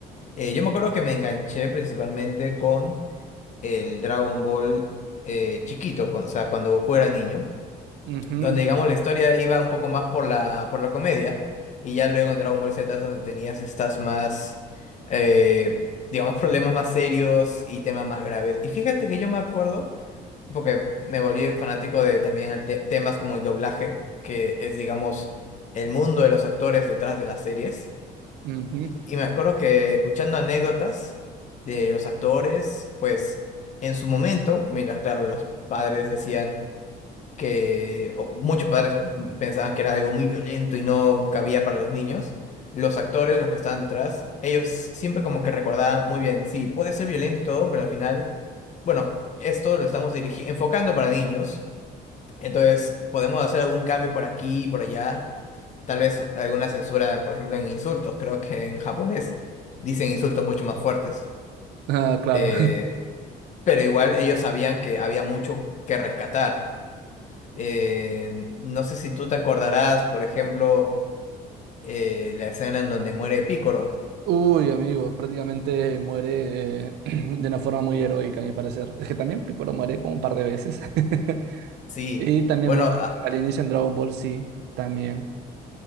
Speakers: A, on the left; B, on the right.
A: Eh, yo me acuerdo que me enganché principalmente con el Dragon Ball eh, chiquito, con- o sea, cuando Goku era niño
B: Ujú,
A: donde digamos la historia iba un poco más por la, por la comedia, y ya luego en Dragon Ball Z es donde tenías estas más, eh, digamos, <laughs> problemas más serios y temas más graves. Y fíjate que yo me acuerdo, porque me volví fanático de también el te- temas como el doblaje, que es, digamos, el mundo de los actores detrás de las series.
B: ujú.
A: Y me acuerdo que escuchando anécdotas de los actores, pues en su momento, mira claro, los padres decían que o- muchos padres mm, pensaban que era algo muy violento y no cabía para los niños, los actores, los que estaban detrás, ellos siempre como que recordaban muy bien, sí, puede ser violento y todo, pero al final, bueno, esto lo estamos dirigi- enfocando para niños, entonces podemos hacer algún cambio por aquí y por allá, tal vez alguna censura, por ejemplo, en insultos, creo que en japonés dicen insultos mucho más fuertes,
B: Ah, claro.
A: eh,
B: <laughs>
A: pero igual ellos sabían que había mucho que rescatar. Eh, no sé si tú te acordarás, por ejemplo, eh, la escena en donde muere Pícoro.
B: Uy, amigo, prácticamente muere eh, <clears throat> de una forma muy heroica, a mi parecer. Es que también Piccolo muere como un par de veces. <laughs>
A: Sí,
B: Y también
A: bueno,
B: muere
A: a-
B: al inicio en Dragon Ball, sí, también.